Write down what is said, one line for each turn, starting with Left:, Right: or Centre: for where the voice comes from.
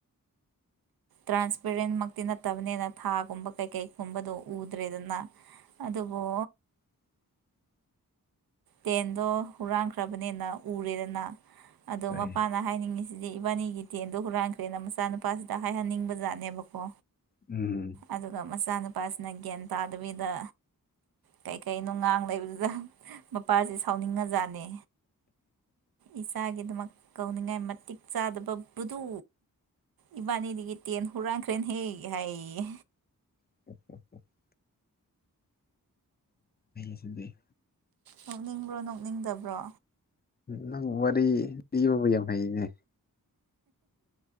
Right: ꯇ꯭ꯔꯥꯟꯁꯄꯦꯔꯦꯟꯃꯛꯇꯤ ꯅꯠꯇꯕꯅꯤꯅ ꯊꯥꯒꯨꯝꯕ ꯀꯩꯀꯩꯒꯨꯝꯕꯗꯣ ꯎꯗ꯭ꯔꯦꯗꯅ ꯑꯗꯨꯕꯨ
Left: <inaudible>
Right: ꯇꯦꯟꯗꯣ ꯍꯨꯔꯥꯟꯈ꯭ꯔꯕꯅꯦꯅ ꯎꯔꯦꯗꯅ ꯑꯗꯣ
Left: ꯍꯣꯏ
Right: ꯃꯄꯥꯅ ꯍꯥꯏꯅꯤꯡꯉꯤꯁꯤꯗꯤ ꯏꯕꯥꯅꯤꯒꯤ ꯇꯦꯟꯗꯣ ꯍꯨꯔꯥꯟꯈ꯭ꯔꯦꯅ ꯃꯆꯥꯅꯨꯄꯥꯁꯤꯗ ꯍꯥꯏꯍꯟꯅꯤꯡꯕ ꯖꯥꯠꯅꯦꯕꯀꯣ
Left: ꯎꯝ
Right: ꯑꯗꯨꯒ ꯃꯆꯥꯅꯨꯄꯥꯁꯤꯅ ꯒ꯭ꯌꯥꯟ ꯇꯥꯗꯕꯤꯗ ꯀꯩꯀꯩꯅꯣ ꯉꯥꯡ ꯂꯩꯕꯗꯨꯗ ꯃꯄꯥꯖꯦ ꯁꯥꯎꯅꯤꯡꯉꯖꯥꯅꯦ ꯏꯆꯥꯒꯤꯗꯃꯛ ꯇꯧꯅꯤꯡꯉꯥꯏ ꯃꯇꯤꯛ ꯆꯥꯗꯕ ꯕꯨꯗꯨ ꯏꯕꯥꯅꯤꯗꯒꯤ ꯇꯦꯟ ꯍꯨꯔꯥꯟꯈ꯭ꯔꯦꯅ ꯍꯦꯛ ꯍꯥꯏꯌꯦꯌꯦ
Left: <unintelligible> ꯁꯨꯗ
Right: ꯅꯣꯛꯅꯤꯡꯕ꯭ꯔꯣ ꯅꯣꯛꯅꯤꯡꯗꯕ꯭ꯔꯣ
Left: ꯅꯪ ꯎꯋꯥꯔꯔꯤ ꯂꯤꯕꯕ ꯌꯥꯝ ꯍꯩꯅꯦ